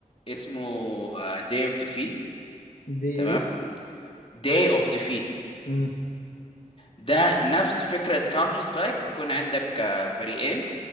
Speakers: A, on the left; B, on the left.
A: اسمه داي اوف ديفيت
B: دي
A: تمام
B: ايه
A: داي اوف ديفيت
B: امم
A: ده نفس فكرة كاونتر سترايك بيكون عندك آه، فريقين